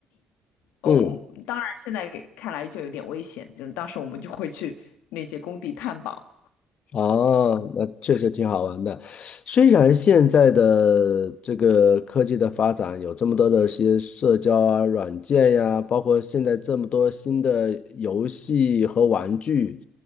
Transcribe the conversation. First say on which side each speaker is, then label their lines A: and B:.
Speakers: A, on the left (about 80°); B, on the left (about 60°).
A: 哦，
B: 嗯。
A: 我当然现在看来就有点危险，就是当时我们就会去那些工地探宝，
B: 哦，那确实挺好玩的。虽然现在的这个科技的发展有这么多的一些社交啊、软件呀，包括现在这么多新的游戏和玩具，